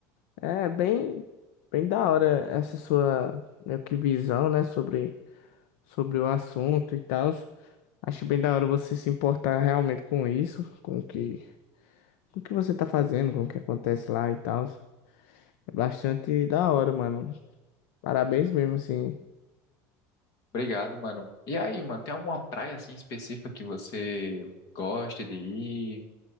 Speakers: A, on the left; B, on the left.
A: É bem, bem da hora essa sua meio que visão, né, sobre, sobre o assunto e tal. Acho bem da hora você se importar realmente com isso, com o que, com o que você tá fazendo, com o que acontece lá e tal. É bastante da hora, mano. Parabéns mesmo, assim.
B: Obrigado, mano. E aí, mano, tem alguma praia assim específica que você gosta de ir?